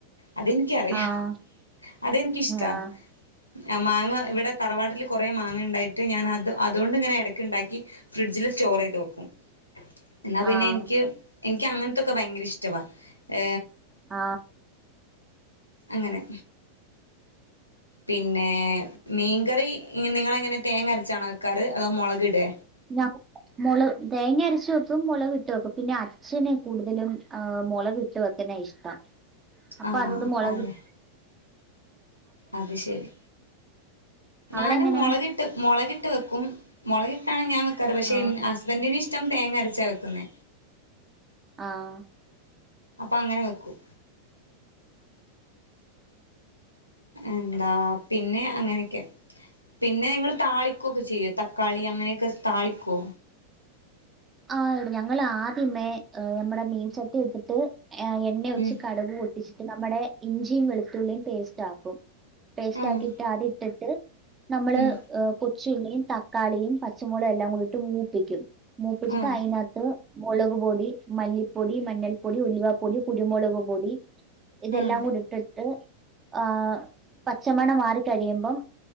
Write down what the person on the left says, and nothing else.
അതെനിക്കറിയാം.
അതെനിക്കിഷ്ടാ.
ആ മാങ്ങ ഇവിടെ തറവാട്ടിൽ കുറെ മാങ്ങണ്ടായിട്ട്, ഞാൻ അത് അതുകൊണ്ടിങ്ങനെ എടക്ക്ണ്ടാക്കി ഫ്രിഡ്ജില് സ്റ്റോറൈയ്ത് വെക്കും. എന്നാപ്പിന്നെനിക്ക്
എനിക് ക്കങ്ങനത്തൊക്കെ ഭയങ്കര ഇഷ്ടവാ. ഏ
അങ്ങനെ. പിന്നെ മീൻകറി നിങ്ങളെങ്ങനെ തേങ്ങ അരച്ചാണോ വെക്കാറ്? അതോ മൊളകിട്എ?
ആഹ്
അതെ അത് ശരി.
ഞാന്
മുളകിട്ട് മുളകിട്ട് വെക്കും. മുളകിട്ടാണ് ഞാൻ വെക്കാറ്. പക്ഷെ
ഇൻ ഹസ്ബൻറിന് ഇഷ്ടം തേങ്ങ അരച്ച വെക്കുന്നെ.
അപ്പ അങ്ങനെ വെക്കും. എന്താ പിന്നെ അങ്ങനെയൊക്കെ. പിന്നെ നിങ്ങൾ താളിക്കൊക്കെ ചെയ്യോ? തക്കാളി അങ്ങനെയൊക്കെ സ്താളിക്കൊ?
ഉം
ഉം
ഉം
ആഹ്
ആഹ്